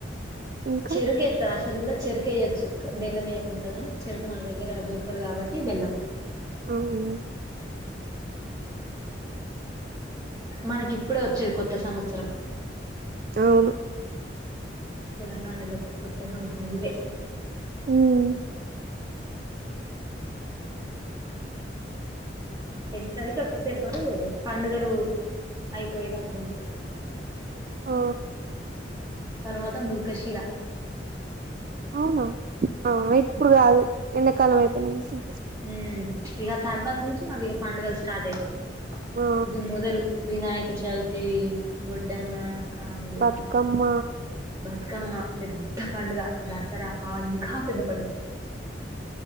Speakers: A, on the right; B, on the right.
A: ఇంకా
B: చెరుకేత్తా అసల్ గుడా చెరుకేయ్యచ్చు క బెల్లం ఏయ్యకుంట గని చెరుకు మన దగ్గర దొరకదు కాబట్ టీ బెల్లం
A: అవు.
B: మనకి ఇప్పుడే వచ్చేది కొత్త సంవత్సరం.
A: ఆవును
B: తెలంగాణలో కొత్త సంవత్సరం ఇదే.
A: ఉమ్,
B: తెలుత్తది కాకపోతే ఎవ్వరు పండుగలు అయిపోయేది అనుకుంటరు.
A: ఆ
B: తర్వాత ముర్కశిల
A: అవును ఆ ఇప్పుడు కాదు ఎండాకాలం అ <unintelligible>
B: మ్ ఇగ తర్వా త నుంచి మళ్ళీగ పండుగల్ స్టార్ట్ అయితయి
A: ఆ
B: ఇది మొదలు వినాయ చవితి బొడ్డమ్మ కాముడు
A: బతుకమ్మ
B: బతుకమ్మ పెద్ద పండుగ. దసరా ఆ ఇంకా పెద్ద పండుగ